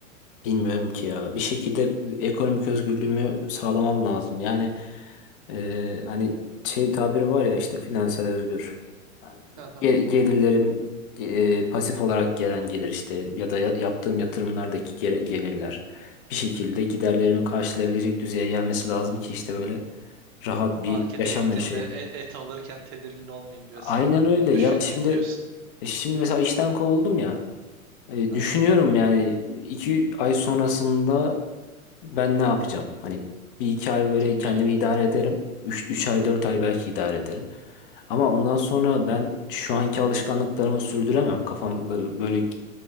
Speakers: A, on the left (about 40°); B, on the right (about 35°).
A: bilmiyorum ki ya. Bir şekilde ekonomik özgürlüğümü sağlamam lazım. Yani e, hani şey bir tabiri var ya işte finansal özgür.
B: Aha.
A: Ge- Gelirlerim e, pasif olarak gelen gelir işte ya da ya- yaptığım yatırımlardaki gel- gelirler bir şekilde giderlerimi karşılayabilecek düzeye gelmesi lazım ki işte böyle rahat bir
B: Markete
A: yaşam
B: gittiğimde
A: yaşayayım.
B: e- et alırken tedirgin olmayayım diyorsun
A: Aynen
B: ha.
A: öyle ya
B: Düşünmeyeyim
A: şimdi
B: diyorsun.
A: e, şimdi mesela işten kovuldum ya. E,
B: Aha.
A: düşünüyorum yani iki ay sonrasında ben ne yapacağım? Hani bir iki ay
B: E,
A: böyle
B: tabii
A: kendimi
B: canım.
A: idare ederim. Üç, üç ay dört ay belki idare ederim. Ama ondan sonra ben şu anki alışkanlıklarımı sürdüremem. Kafam böyle, böyle